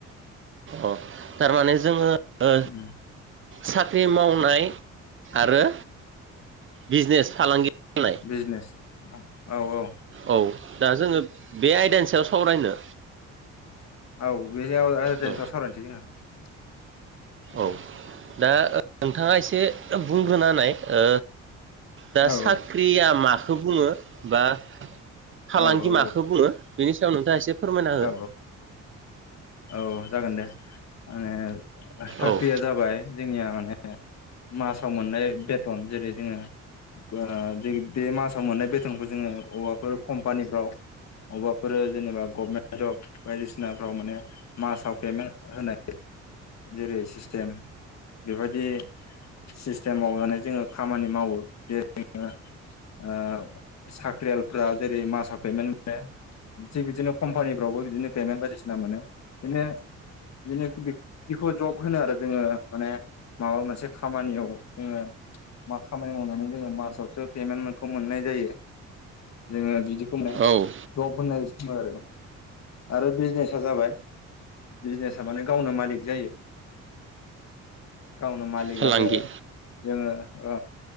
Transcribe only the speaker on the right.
अ थारमाने जोङो ओ
साख्रि मावनाय आरो बिजनेस फालांगि खालामनाय
औ दा जोङो बे आयदानि सायाव सावरायनो
औ
औ
दा नोंथाङा एसे बुंग्रोनानाय ओ दा
साख्रिया मखौ बुङो बा फालांगि
माखौ बुङो बेनि सायाव नोंथाङा एसे फोरमायना हो
औ
औ
फालांगि